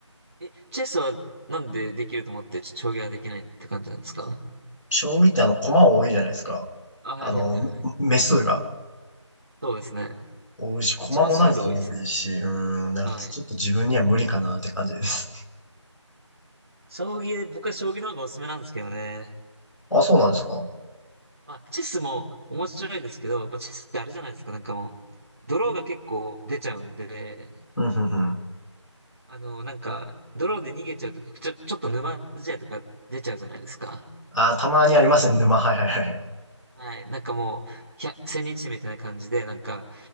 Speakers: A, on the right; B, on the left.
A: え、チェスはなんでできると思って、ちょ将棋はできないって感じなんですか
B: 将棋ってあの、駒多いじゃないですか。
A: あ、はいはいはいはい。
B: あの、目数が
A: そうですね。
B: 多いし、駒もなんか多いし、
A: 一マスずつ多いですね。
B: うーん、なんかちょっと自分には無理かなって感じです。
A: はい。将棋、僕は将棋の方がおすすめなんですけどね。
B: <laughs> あ、そうなんですか
A: まあ、チェスも面白いですけど、まあ、チェスってあれじゃないですか、なんかもう、ドローが結構出ちゃうんで、
B: うん、うん、うん。
A: あの、なんか、ドローで逃げちゃうとか、ちょ、ちょっと沼地やとか出ちゃうじゃないですか。
B: あー、たまにありますね、沼。はいはいはい。
A: はい。なんかもう、ひゃ、千日みたいな感じで、なんか、